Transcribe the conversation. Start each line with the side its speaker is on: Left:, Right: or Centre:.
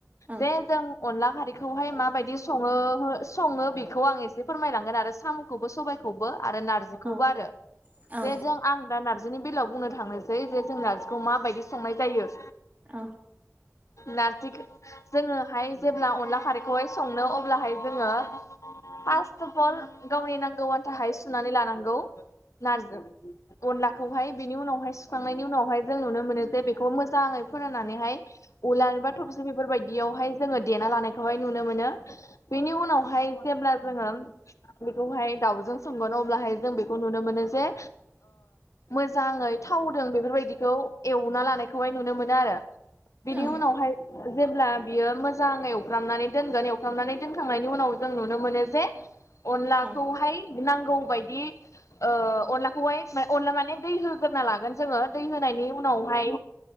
Right: औ
Left: जे जों अनला खारैखौहाय माबायदि सो सङो बेखौ आं एसे फोरमायलांगोन आरो साम' खौबो सबायखौबो आरो नारजिखौबो
Right: औ
Left: आरो
Right: औ
Left: बेे जों आं दा नार्जिनि बेलायाव बुंनो थांनोसै जे जों नार्जिखौ माबायदि संनाय जायो।
Right: औ।
Left: नारजिखौ जोङोहाय जेब्ला अनला खारैखौहाय संनो अब्लाहाय जोङो फास्ट अफल गावनि नांगौ थाखाय सुनानै लानांगौ नारजि अनलाखौहाय बेनि उनावहाय सुखांनायनि उनावहाय जों नुनो मोनो जे बेखौ मोजाङै फोराननानैहाय उलार बा थबसे बेफोरबायदियावहाय जोङो देना लानाय हाय नुनो मोनो बेनि उनावहाय जेब्ला जोङो। बेखौहाय दाउजों सोमगोन अब्लाहाय जों बेखौ नुनो मोनो जे मोजाङै थावदों बेफोरबायदिखौ एवना लानायखौहाय नुनो मोनो आरो।
Right: औ
Left: बिनि
Right: औ
Left: उनावहाय जेब्ला बियो मोजाङै एवनानै दोनगोन एवखबनानै दोनखांनायनि उनाव जों नुनो मोनो जे अनलाखौहाय
Right: औ
Left: नांगौ बायदि अनलाखौहाय अनला माने दै होग्रोना लागोन। जोङो दै होनायनि उनावहाय